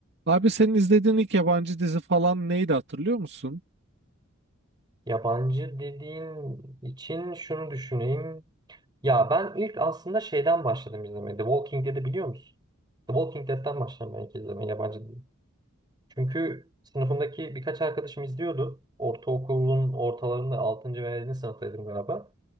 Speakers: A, on the right; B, on the right.
A: Abi senin izlediğin ilk yabancı dizi falan neydi hatırlıyor musun?
B: Yabancı dediğin için şunu düşüneyim. Ya ben ilk aslında şeyden başladım izlemeye. The Walking Dead'i biliyor musun? The Walking Dead'den başladım ben ilk izlemeye yabancı dizi. Çünkü sınıfımdaki birkaç arkadaşım izliyordu. Ortaokulun ortalarında 6. ve 7. sınıftaydım galiba.